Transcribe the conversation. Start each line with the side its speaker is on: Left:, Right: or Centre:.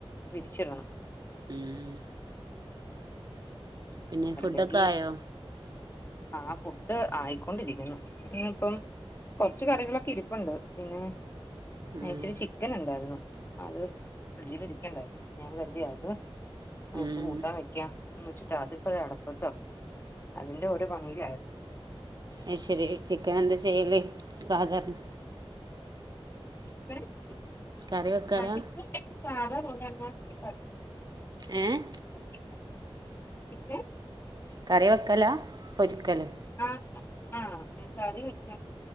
Left: വിരിച്ചിടണം
Right: ഉം പിന്നെ
Left: അല്ലെങ്കി
Right: ഫുഡൊക്കായോ?
Left: ആ ഫുഡ് ആയിക്കൊണ്ടിരിക്കുന്നു ഇന്ന്പ്പം കൊർച്ച് കറികളൊക്കെ ഇരിപ്പുണ്ട് പിന്നെ
Right: ഉം
Left: ഏ ഇച്ചിരി ചിക്കൻ ഇണ്ടായിരുന്നു അത് ഫ്രിഡ്ജിൽ ഇരിക്ക്ണ്ടായി ഞാൻ കരുതി അത് അഹ്പ്പം
Right: ഉം
Left: കൂട്ടാവെക്ക്യാം എന്ന് വെച്ച്ട്ടാ അതിപ്പോ ദേ അടപ്പത്താ അതിന്റെ ഒ ഒരു ഭംഗി ആരുന്നു
Right: അഹ്ശരി ഇ ചിക്കനെന്താ ചെയ്യല് സാധാരണ?
Left: <unintelligible>
Right: കറി വെക്കലാ ഏഹ്
Left: <unintelligible>
Right: കറിവെക്കല പൊരിക്കലോ?
Left: ആ ആ കറി വെക്ക.